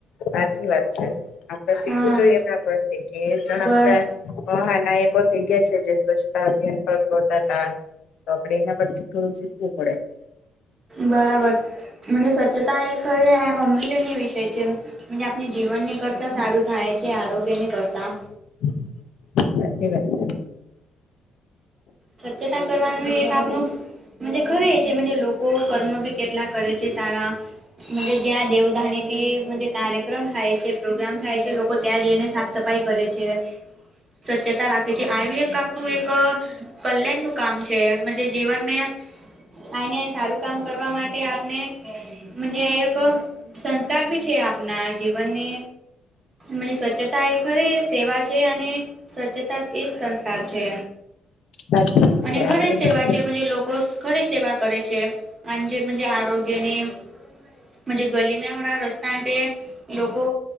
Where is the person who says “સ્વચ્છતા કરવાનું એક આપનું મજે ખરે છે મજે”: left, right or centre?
Right